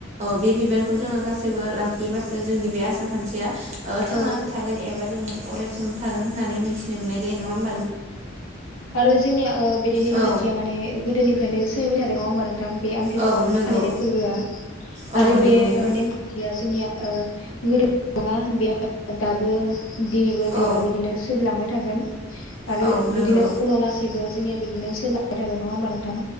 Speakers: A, on the right; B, on the left.
A: बे बिबानखौ जोङो गासैबो लाखिबासो जोंनि बे आसार खान्थिया ओ थांनानै
B: औ
A: थागोन एबा जों अरायसम थागोन होननानै मिथिनो मोननाय जायो नंङा
B: आरो जोंनिया बिदि नेमखान्थिया
A: औ
B: माने गोदोनिफ्रायनो सोलिबाय थादों नङा होमबा नोंथां बे आमथिसुवा
A: औ नंगौ
B: फालिनाय फोरबोआ
A: औ
B: आरो
A: नंगौ
B: बे
A: नोंथां
B: नेम खान्थिया जोंनिया ओ गोदो नंङा बेयाव दाबो दिनैबो जेनबा
A: औ
B: बिदिनो सोलिलांबाय थागोन आरो
A: औ नंगौ
B: बिदिनो उनाव लासैबो जोंनिया बिदिनो सोलिलांबाय थागोन नंङा होमबा नोंथां?